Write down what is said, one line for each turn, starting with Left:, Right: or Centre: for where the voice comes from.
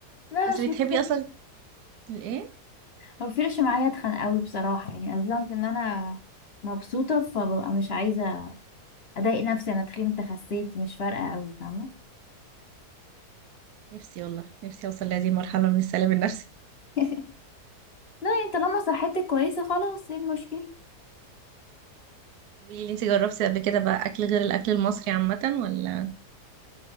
Left: لا
Right: بس
Left: مش
Right: بتحبي
Left: مشكله
Right: اصلا الايه
Left: ما بيفرقش معايا اتخن قوي بصراحه يعني اصلا ان انا مبسوطه فببقى مش عايزه اضايق نفسي انا تخنت خسيت مش فارقه قوي فاهمه
Right: نفسي والله نفسي اوصل لهذه المرحله من السلام النفسي
Left: <laughs> لا يعني طالما صحتك كويسه خلاص ايه المشكله
Right: قولي لي انت جربتي قبل كده بقى اكل غير الاكل المصري عامة ولا